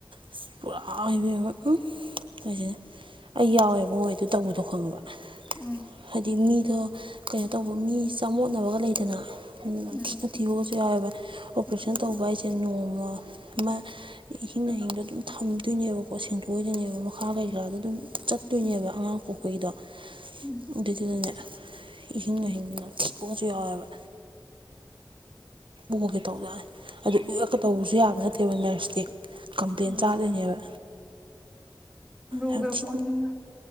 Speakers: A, on the right; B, in the centre.
A: ꯑꯁ ꯄꯨꯔꯥ ꯏꯕꯦꯝꯃ ꯎꯝ ꯍꯥꯏꯁꯤꯅꯦ ꯑꯩ ꯌꯥꯎꯋꯦꯕ ꯃꯣꯏ ꯑꯗꯨ ꯇꯧꯕꯗꯣ ꯈꯪꯉꯕ
B: ꯎꯝ
A: ꯍꯥꯏꯗꯤ ꯃꯤꯗꯣ ꯀꯩꯅꯣ ꯇꯧꯕ ꯃꯤ ꯆꯥꯃꯣꯠꯅꯕꯒ ꯂꯩꯗꯅ ꯃꯅꯝ ꯅꯝꯊꯤ
B: ꯎꯝ
A: ꯅꯝꯊꯤꯕꯒꯁꯨ ꯌꯥꯎꯋꯦꯕ ꯑꯣꯄꯔꯦꯁꯟ ꯇꯧꯕ ꯍꯥꯏꯁꯦ ꯅꯣꯡꯃ ꯃ ꯏꯍꯤꯡꯅꯍꯤꯡꯗꯣ ꯑꯗꯨꯝ ꯊꯝꯗꯣꯏꯅꯦꯕꯀꯣ ꯁꯦꯡꯗꯣꯛꯏꯗꯣꯏꯅꯦꯕ ꯃꯈꯥ ꯀꯩꯀꯥꯗꫭ ꯑꯗꯨꯝ ꯆꯠꯇꯣꯏꯅꯦꯕ ꯑꯉꯥꯡ ꯄꯣꯛꯄꯒꯤꯗꯣ
B: ꯎꯝ
A: ꯑꯗꯨꯗꯨꯗꯅꯦ ꯏꯍꯤꯡꯅꯍꯤꯡ ꯅꯝꯊꯤꯕꯀꯁꯨ ꯌꯥꯎꯋꯦꯕ ꯑꫭꯒꯦ ꯇꯧꯖꯅꯦ ꯑꯗꯨ ꯑꫭꯛꯀ ꯇꯧꯕꯁꯨ ꯌꯥꯕ ꯅꯠꯇꯦꯕ ꯅꫪꯁꯇꯤ ꯀꯝꯄ꯭ꯂꯦꯟ
B: ꯑꯗꯨꯅꯦ
A: ꯆꯥꯗꯣꯏꯅꯦꯕ
B: ꯂꯨꯒ꯭ꯔ
A: ꯌꯥꯝ ꯊꯤ
B: ꯄꫭꯠꯅꯤꯅꯦ